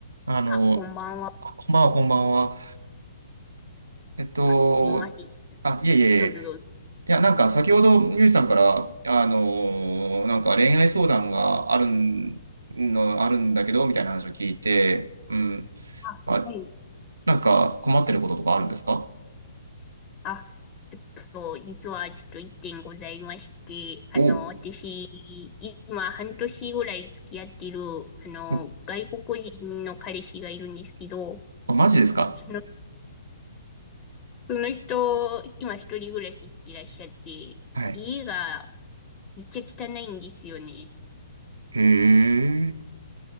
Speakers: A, on the right; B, on the left.
A: あの、
B: あ、こんばんは。
A: あこんばんは、こんばんは。えっと、
B: あ、すいません。
A: あ、いえいえいえ。
B: どうぞどうぞ。
A: いや、なんか先ほど、ミュージさんから、あのーなんか恋愛相談があるん、の、あるんだけど、みたいな話を聞いて、うん。
B: あ、
A: まあ、
B: はい。
A: なんか困ってることとかあるんですか
B: あ、えっと、実はちょっと一点ございまして、あの、
A: おう
B: 私、今半年ぐらい付き合ってる、あの、
A: お、
B: 外国人の彼氏がいるんですけど、
A: あ、マジですか
B: その、その人、今一人暮らししていらっしゃって、
A: はい。
B: 家がめっちゃ汚いんですよね。
A: へえ。